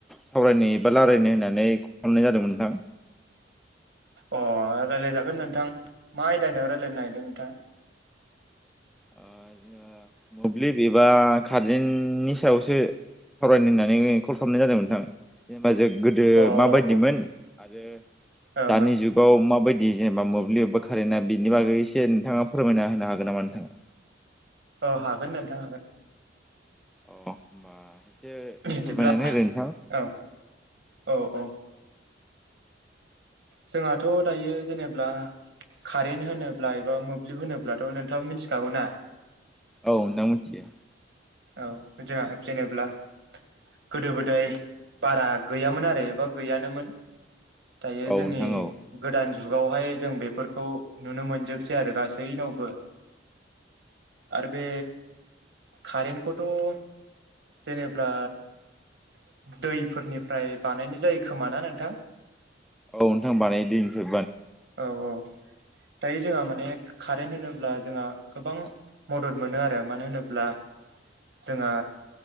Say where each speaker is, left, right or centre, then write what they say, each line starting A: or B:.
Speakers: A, in the centre; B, on the right.
A: सावरायनो एबा रायलायनो होननानै खालामनाय जादों नोंथां।
B: अ रायजलायजागोन नोंथां मा आयदानियाव रायजलायनो नागिरदों नोंथां।
A: ओ जेनेबा मोब्लिब एबा खारेननि सायावसो फरायनो होननानै कल खालामनाय जादोंमोनथां। गोदो
B: अ
A: माबायदिमोन
B: अ
A: आरो
B: अ ओं
A: दानि
B: ओं
A: जुगाव माबायदि जेनेबा मोब्लिबबा कारेन्टा बिनि बागै एसे नोंथाङा फोरमायना होनो हागोन नामा नोंथाङा।
B: औ हागोन नोंथां हागोन।
A: अ होनोमबा एसे
B: बिदिब्ला
A: फोरमायनानै ओ नोंथां।
B: औ औ औ जोंहाथ' दायो जेनेब्ला। कारेन्ट होनोब्ला एबा मोब्लिब होनोब्लाथ' नोंथाङ मिथिखागौ ना।
A: औ नोंथां मिथियो।
B: औ जोंहा जेनेब्ला गोदो गोदाय बारा गैयामोन आरो एबा गैयानोमोन दायो
A: औ
B: जोंनि
A: नोंथां औ
B: गोदान जुगावहाय जों बेफोरखौ नुनो मोनजोबसै आरो गासैनावबो आरो बे कारेन्टखौथ' जेनेब्ला दैफोरनिफ्राय बानायनाय जायो खोमा ना नोंथां।
A: औ नोंथां बानायो दैफोर
B: औ औ दायो जोंहा माने कारेन्ट होनोब्ला जोंहा गोबां मदद मोनो आरो मानो होनोब्ला जोंहा